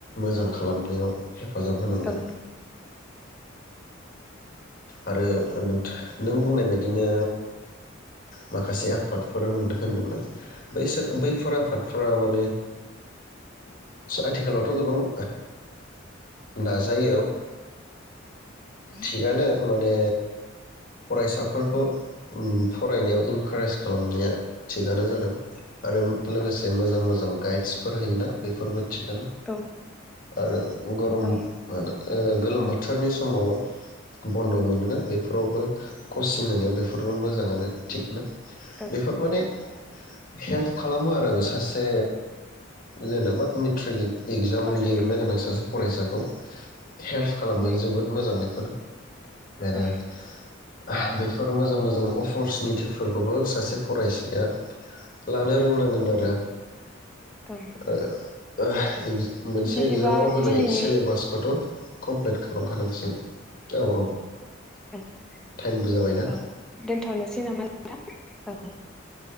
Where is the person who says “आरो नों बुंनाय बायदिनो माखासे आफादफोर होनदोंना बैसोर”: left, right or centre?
Left